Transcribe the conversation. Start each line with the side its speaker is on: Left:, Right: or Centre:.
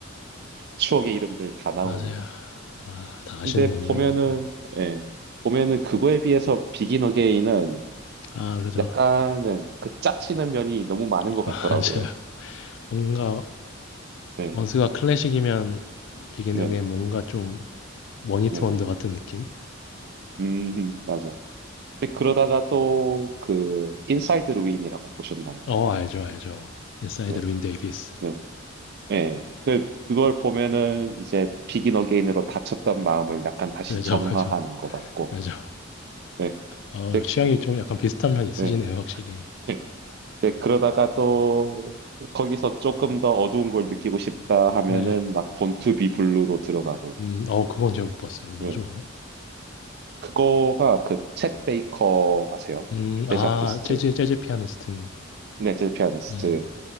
Right: 추억의 이름들 다 나오네요.
Left: 맞아요. 아, 다 아시는군요.
Right: 근데 보면은,
Left: 네,
Right: 예, 보면은 그거에 비해서 비긴 어게인은
Left: 아, 그죠.
Right: 약간은 그 짜치는 면이 너무 많은
Left: <laughs>
Right: 것 같더라고요.
Left: 맞아요. 뭔가
Right: 네,
Left: 원스가 클래식이면 비긴
Right: 네,
Left: 에어게인 뭔가 좀 원히트
Right: 네네.
Left: 원더 같은 느낌?
Right: 음, 맞아. 근데 그러다가 또 그 인사이드 루인이라고 보셨나요?
Left: 어, 알죠, 알죠. 인사이드
Right: 네,
Left: 루인 데이비스.
Right: 네, 네. 그 그걸 보면은 이제 비긴 어게인으로 다쳤던 마음을 약간 다시
Left: 그죠,
Right: 정화하는
Left: 그죠,
Right: 것 같고,
Left: 그죠.
Right: 네,
Left: 아
Right: 이제,
Left: 취향이 좀 약간 비슷한 면이 있으시네요
Right: 네,
Left: 확실히.
Right: 예. 이제 그러다가 또 거기서 조금 더 어두운 걸 느끼고 싶다 하면은
Left: 네.
Right: 막 본투비 블루로 들어가고,
Left: 음 어 그건 제가 못 봤어요. 뭐죠
Right: 네,
Left: 그건?
Right: 그거가 그 챗 베이커 아세요?
Left: 음 아
Right: 재즈 아티스트,
Left: 재즈 재즈 피아니스트인가요?
Right: 네, 재즈 피아니스트.
Left: 네네네.